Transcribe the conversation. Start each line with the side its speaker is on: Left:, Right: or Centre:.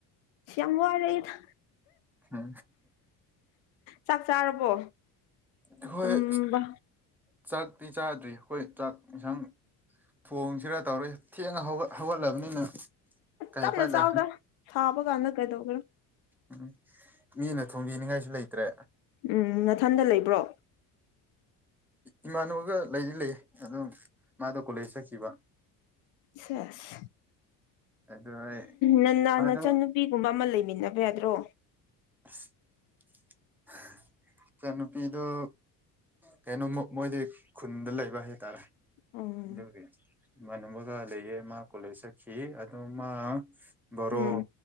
Left: ꯌꯥꯝ ꯋꯥꯔꯦ ꯑꯩꯗ
Centre: ꯑ
Left: ꯆꯥꯛ ꯆꯥꯔꯕꯣ
Centre: ꯑꯩꯈꯣꯏ
Left: ꯇꯨꯝꯕ
Centre: ꯆꯥꯛꯇꯤ ꯆꯥꯗ꯭ꯔꯤ ꯑꯩꯈꯣꯏ ꯆꯥꯛ ꯌꯦꯟꯁꯥꯡ ꯊꯣꯡꯁꯤꯔ ꯇꯧꯔ ꯊꯦꯡꯅ ꯍꯧꯒꯠꯂꯕꯅꯤꯅ ꯀꯥꯏ
Left: ꯇꯞꯅ
Centre: ꯄꯥꯏꯂ
Left: ꯆꯥꯎꯗ ꯁꯥꯕ ꯀꯥꯟꯗ ꯀꯩꯗꯧꯒꯦꯔꯣ
Centre: ꯎꯝ ꯃꯤꯅ ꯊꯣꯡꯕꯤꯅꯤꯡꯉꯥꯏꯁꯨ ꯂꯩꯇ꯭ꯔꯦ
Left: ꯎꯝ ꯃꯊꯟꯗ ꯂꯩꯕ꯭ꯔꯣ
Centre: ꯏꯃꯥꯟꯅꯕꯒ ꯂꯩꯗꯤ ꯂꯩ ꯑꯗꯨ ꯃꯥꯗꯣ ꯀꯣꯂꯦꯖ ꯆꯠꯈꯤꯕ
Left: ꯁꯁ
Centre: ꯑꯗꯨ ꯑꯩ
Left: ꯅꯟꯅ
Centre: ꯃꯥꯗꯣ
Left: ꯅꯆꯟꯅꯨꯄꯤꯒꯨꯝꯕ ꯑꯃ ꯂꯩꯕ ꯃꯤꯟꯅꯕ ꯌꯥꯗ꯭ꯔꯣ
Centre: <inaudible> ꯑ ꯏꯆꯟꯅꯨꯄꯤꯗꯨꯣ ꯀꯩꯅꯣ ꯃꯣꯏꯗꯤ ꯈꯨꯟꯗ ꯂꯩꯕ ꯍꯥꯏꯇꯥꯔꯦ
Left: ꯎꯝ
Centre: ꯑꯗꯨꯒꯤ ꯏꯃꯅ ꯑꯃꯒ ꯂꯩꯌꯦ ꯃꯥ ꯀꯣꯂꯦꯖ ꯆꯠꯈꯤ ꯑꯗꯣ ꯃꯥ ꯕꯣꯔꯣ
Left: ꯎꯝ